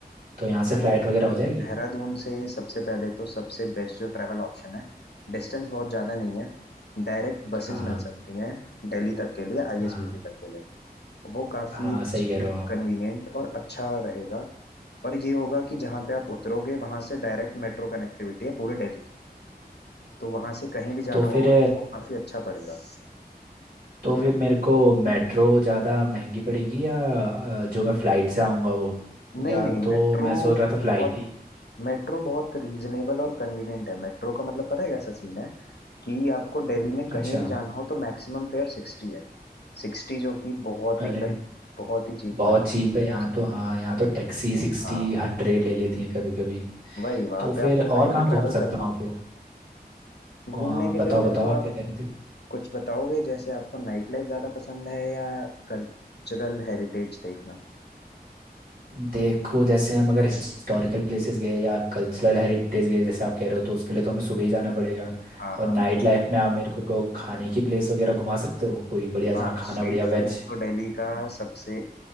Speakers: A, on the right; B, on the left.
A: तो यहाँ से
B: तो
A: फ्लाइट वगैरह हो जाएगी
B: देहरादून से सबसे पहले तो सबसे बेस्ट जो ट्रैवल ऑप्शन है डिस्टेंस बहुत ज़्यादा नहीं है डायरेक्ट बसेस
A: हाँ
B: मिल सकती हैं दिल्ली तक के लिए आईएसबीटी
A: हाँ
B: तक के लिए वो काफ़ी
A: हाँ
B: एक
A: सही
B: चीप
A: कह रहे हो आप
B: कन्वीनियंट और अच्छा रहेगा और ये होगा कि जहाँ पे आप उतरोगे वहाँ से डायरेक्ट मेट्रो कनेक्टिविटी है पूरे दिल्ली की तो वहाँ से कहीं भी जाना
A: तो फिर
B: होगा तो वो काफ़ी अच्छा पड़ेगा
A: तो फिर मेरे को मेट्रो ज़्यादा महंगी पड़ेगी या अ, जो मैं फ़्लाइट से आऊँगा वो
B: नहीं
A: या
B: नहीं
A: तो
B: मेट्रो
A: मैं सोच रहा था फ़्लाइट
B: बहुत
A: ही
B: मेट्रो बहुत रीजनेबल और कन्वीनियंट है मेट्रो का मतलब पता है कैसा सीन है कि आपको दिल्ली में
A: अच्छा
B: कहीं भी जाना हो तो मैक्सिमम फेयर सिक्सटी है सिक्सटी जो कि बहुत
A: अरे
B: ही कन बहुत ही चीप
A: बहुत
B: मानता
A: चीप
B: है
A: है यहाँ
B: पैसे
A: तो हाँ यहाँ तो टैक्सी सिक्सटी
B: हाँ
A: हंड्रेड ले लेती हैं कभी कभी
B: वही वहां
A: तो
B: पे
A: फिर
B: आपको
A: और
B: कहीं
A: कहाँ
B: भी
A: घूम
B: ट्रैवल
A: सकता
B: करना हो
A: हूँ फिर वहाँ
B: घूमने के
A: बताओ
B: लिए मेरे
A: बताओ
B: को
A: आप
B: आप
A: क्या कह रहे थे
B: कुछ बताओगे जैसे आपको नाइट लाइफ ज्यादा पसंद है या कल्चरल हेरिटेज देखना
A: देखो जैसे हम अगर हिस्टोरिकल प्लेसेस गए या कल्चरल हेरिटेज गए जैसे आप कह रहे हो तो उसके लिए तो हमें सुबह ही जाना पड़ेगा
B: हाँ
A: और
B: हाँ
A: नाइट लाइफ में आप मेरे को, को खाने की प्लेस वगैरह घुमा सकते हो कोई बढ़िया जहाँ
B: हाँ
A: खाना
B: स्ट्रीट
A: बढ़िया
B: फूड
A: वेज
B: तो दिल्ली का सबसे